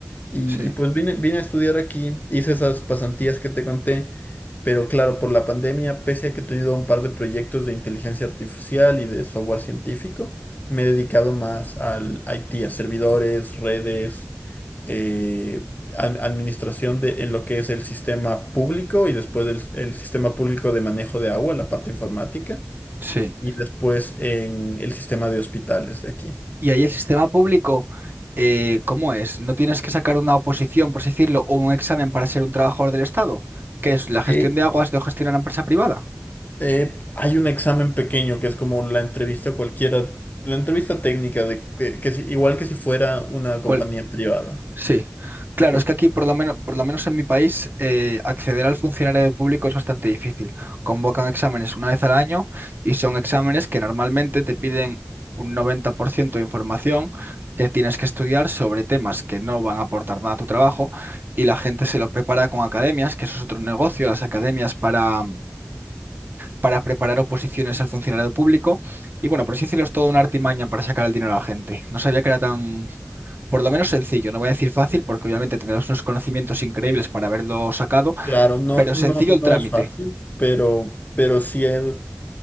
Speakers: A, on the left (about 35°); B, on the right (about 45°).
A: Y,
B: sí,
A: y pues vine, vine a estudiar aquí, hice esas pasantías que te conté, pero claro, por la pandemia, pese a que he tenido un par de proyectos de inteligencia artificial y de software científico, me he dedicado más al IT, a servidores, redes, eh, ad- administración de, en lo que es el sistema público y después el, el sistema público de manejo de agua, la parte informática,
B: sí.
A: y después en el sistema de hospitales de aquí.
B: ¿Y ahí el sistema público, eh, cómo es? ¿No tienes que sacar una oposición, por así decirlo, o un examen para ser un trabajador del Estado? ¿Qué es la gestión
A: Eh,
B: de aguas lo gestiona una empresa privada?
A: Eh, hay un examen pequeño que es como la entrevista cualquiera, la entrevista técnica de que, que si- igual que si fuera una compañía
B: ¿Cuál?
A: privada.
B: Sí, claro,
A: Sí,
B: es que aquí, por lo menos, por lo menos en mi país, eh, acceder al funcionario público es bastante difícil. Convocan exámenes una vez al año y son exámenes que normalmente te piden un 90% de información que tienes que estudiar sobre temas que no van a aportar nada a tu trabajo y la gente se lo prepara con academias, que eso es otro negocio, las academias para, para preparar oposiciones al funcionario público. Y bueno, por así decirlo, es toda una artimaña para sacar el dinero a la gente. No sabía que era tan, por lo menos sencillo, no voy a decir fácil porque obviamente tendrás unos conocimientos increíbles para haberlo sacado,
A: claro, no,
B: pero
A: no,
B: sencillo
A: no
B: el trámite,
A: es fácil, pero, pero sí es.